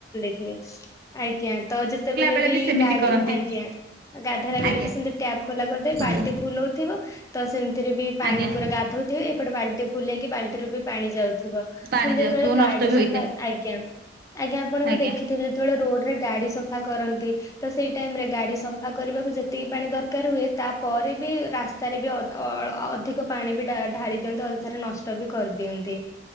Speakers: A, on the left; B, on the right.
A: ଥିବେ ଆଜ୍ଞା। ତ ଯେତେବେଳେ
B: ବେଳେ
A: ବି
B: ସେମିତି
A: ଗାଡି
B: କରନ୍ତି
A: ଆଜ୍ଞା ଗାଧେଇଲା ବେଳେ
B: ଆଜ୍ଞା
A: ବି ସେମିତି ଟ୍ୟାପ୍ ଖୋଲା କରିଦେଇ ବାଲଟି
B: କୁହନ୍ତୁ
A: ଫୁଲ ହଉଥିବ ତ ସେମ ତିରେ ବି ପାଣି
B: ଆଜ୍ଞା
A: ପୁରା ଗାଧଉଥିବେ ଏପଟେ ବାଲ୍ଟି ଫୁଲ ହେଇକି ବାଲ୍ଟିରେ ବି ପାଣି ଯାଉଥିବ।
B: ପାଣି
A: ପୁଣି ଯେତେବେଳେ
B: ଯାଉଥିବ ନଷ୍ଟ ବି
A: ସଫା
B: ହୋଇଥାଏ
A: ହଏ ଆଜ୍ଞା। <unintelligible> ଆଜ୍ଞା ଆପଣ ବି
B: ଆଜ୍ଞା
A: ଦେଖିଥିବେ ଯେତେବେଳେ ରୋଡ୍ ଗାଡି ସଫା କରନ୍ତି। ତ ସେଇ ଟାଇମରେ ଗାଡି ସଫା କରିବାକୁ ଯେତିକି ପାଣି ଦରକାର ହୁଏ ତାପରେ ବି ରାସ୍ତାରେ ବି ଅଦ ଅ ଅଧିକପାଣି ବି ଢା ଢାଳି ଦିଅନ୍ତି ଅଯଥାରେ ନଷ୍ଟ ବି କରିଦିଅନ୍ତି।